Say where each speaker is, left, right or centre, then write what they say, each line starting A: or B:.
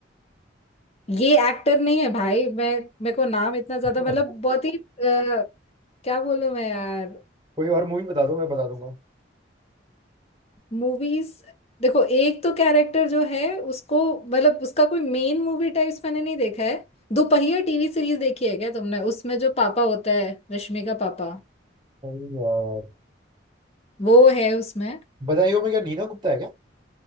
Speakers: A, on the left (about 35°); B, on the right (about 25°).
A: ये एक्टर नहीं है भाई मैं मेरे को नाम इतना ज्यादा
B: <laughs>
A: मतलब बहुत ही अ, क्या बोलूं मैं यार
B: कोई और मूवी बता दो मैं बता दूंगा
A: मूवीज देखो एक तो कैरेक्टर जो है उसको मतलब उसका कोई मेन मूवी टाइप्स मैंने नहीं देखा है दोपहिया टीवी सीरीज देखी है क्या तुमने उसमें जो पापा होता है रश्मि का पापा
B: अरे यार
A: वो है उसमें
B: बधाइयों में क्या नीना गुप्ता है क्या